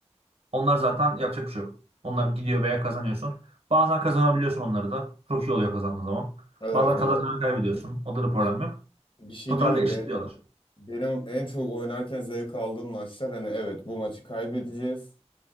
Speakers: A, on the right; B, on the left.
A: onlar zaten yapacak bir şey yok. Onlar gidiyor veya kazanıyorsun. Bazen kazanabiliyorsun onları da. Çok iyi oluyor kazandığın zaman.
B: Evet
A: Bazen
B: o
A: kazanacağını kaybediyorsun. O da bir problem
B: bir,
A: yok.
B: bir şey
A: Totalde
B: değil mi?
A: eşitliyorlar.
B: Be- benim en çok oynarken zevk aldığım maçlar hani evet bu maçı kaybedeceğiz.